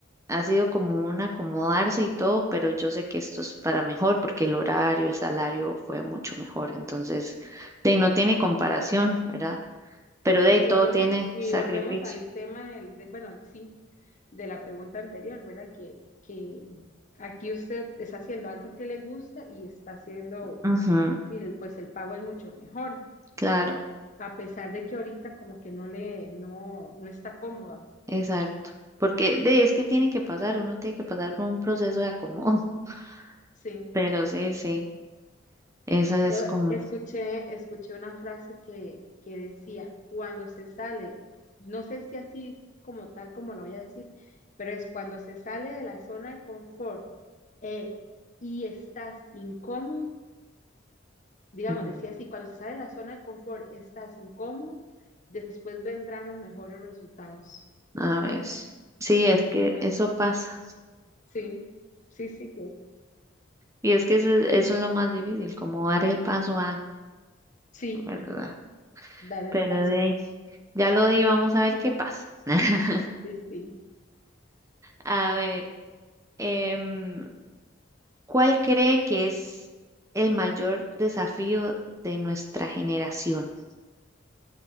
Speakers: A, on the right (about 15°); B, on the left (about 40°).
A: ha sido como un acomodarse y todo, pero yo sé que esto es para mejor porque el horario, el salario fue mucho mejor, entonces, de ahí no tiene comparación, ¿verdad? Pero
B: sí,
A: de ahí
B: y
A: todo
B: volvemos,
A: tiene
B: y
A: sacrificio.
B: volvemos al tema del, de- bueno, sí, de la pregunta anterior, ¿verdad? Que, que aquí usted está haciendo algo que le gusta y está haciendo,
A: Ujú.
B: y el- pues el pago es mucho mejor,
A: Claro,
B: a pesar de que ahorita como que no le, no, no está cómoda.
A: exacto. Porque de es que tiene que pasar, uno tiene que pasar por un proceso de acomodo.
B: Sí.
A: <laughs> Pero sí, sí, esa
B: Yo
A: es como,
B: escuché, escuché una frase que, que decía, cuando se sale, no sé si así como tal como la voy a decir, pero es cuando se sale de la zona de confort eh, y estás incómodo, digamos,
A: Ujú.
B: decía así, cuando se sale de la zona de confort, estás incómodo, después vendrán los mejores resultados.
A: a ver, sí,
B: Sí,
A: es que
B: yo-
A: eso pasa.
B: sí, sí, sí, que-
A: Y es que eso, eso es lo más difícil, como dar el paso a,
B: sí,
A: ¿verdad?
B: dar el
A: Pero
B: paso.
A: de ahí, ya lo di, vamos a ver qué pasa. <laughs>
B: Sí, sí.
A: A ver, em, ¿cuál cree que es el mayor desafío de nuestra generación?